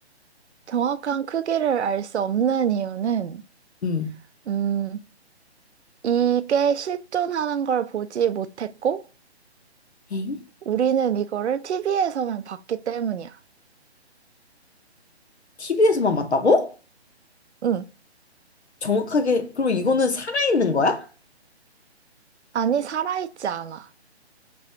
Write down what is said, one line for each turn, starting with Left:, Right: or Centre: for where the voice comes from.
Right: 정확한 크기를 알 수 없는 이유는,
Left: 음.
Right: 음, 이게 실존하는 걸 보지 못했고,
Left: 엥?
Right: 우리는 이거를 TV에서만 봤기 때문이야.
Left: TV에서만 봤다고?
Right: 응.
Left: 정확하게, 그러면 이거는 살아있는 거야?
Right: 아니, 살아있지 않아.